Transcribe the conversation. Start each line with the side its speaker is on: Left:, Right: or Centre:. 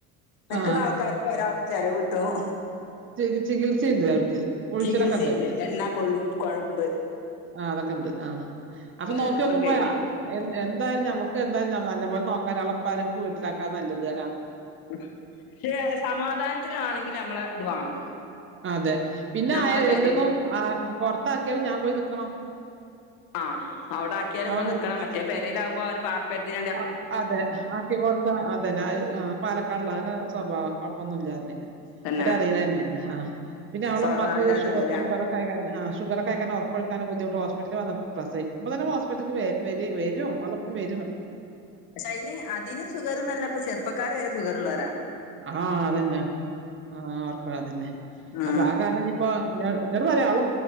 Left: നിക്ണ
Right: ആ
Left: ആൾക്കാർക്ക് ഒരാൾക് ചെലവ്ട്ടും
Right: ച ചികിത്സുണ്ട് അവർക്ക് ഉഴിച്ചലൊക്കെ
Left: ചികിത്സയുണ്ട്
Right: ഉണ്ട് അവർക്ക്
Left: എണ്ണ കൊഴും കൊഴമ്പ് മുപ്പത്
Right: ആഹ് അതൊക്കെണ്ട് ആഹ് അപ്പൊ നോക്കി
Left: ദിവസം
Right: നോക്കുമ്പോരാ
Left: കഴിഞ്ഞിട്ട്
Right: എ എന്തായാലും നമുക്ക് എന്തായും നല്ല പോലെ നോക്കാന ആളപ്പാം നമക്ക് വീട്ടിലാക്കാ നല്ലത
Left: പക്ഷെ സമാധാനത്തിനാണെങ്കിൽ നമ്മള് ഇത് വേണം
Right: അതെ. പിന്നെ
Left: നമ്മളെ
Right: ആ
Left: പെരേല്
Right: എല്ലന്നും ആ പൊറത്താക്കിയാലും ഞാൻ പോയി നിക്കണം
Left: ആഹ് ടെ ആക്കിയാൽ നിങ്ങൾ
Right: അവ
Left: നിക്കക്കണം മറ്റേ പരയില ആകുമ്പോ അവര് പാർപ്പരത്തി
Right: അ അതെ ആക്കി കൊടുത്ത അതെന്നാ ആ പാലക്കാടില അങ്ങനെ സ്വഭാവം കൊഴപ്പൊന്നുംല്ലാരുന്നേ
Left: തന്നെ
Right: അവറിയണ തന്നെയാണ് ആ പിന്നെ അവള
Left: സോ
Right: മ്മാക്ക്ഷുഗർ
Left: നല്ലതാവൂല
Right: ആ ഷുറക്ക കാര ഉറപ്പൊഴിക്കാന ബുദ്ധമട്ട് ഹോസ്പിറ്റല പത്തന്നെ ഹോസ്പറ്റല വ വരും വര
Left: പക്ഷെ അതിന് അതിന് ഷുഗർല്ല അപ്പ ചെറുപ്പക്കാര് വരെ ഷുഗർള്ളോലാ
Right: ആഹ് അതന്നെ ആഹ് ഉർപ്പ അതന്നെ
Left: ആ
Right: അപ്പൊ ആഹ് കാരണംപ്പോ പറയാള